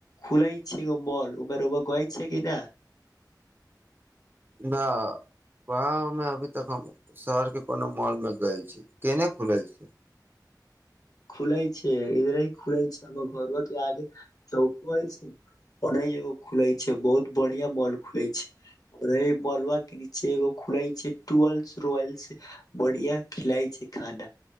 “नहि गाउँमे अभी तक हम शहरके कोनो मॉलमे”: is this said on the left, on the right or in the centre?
Right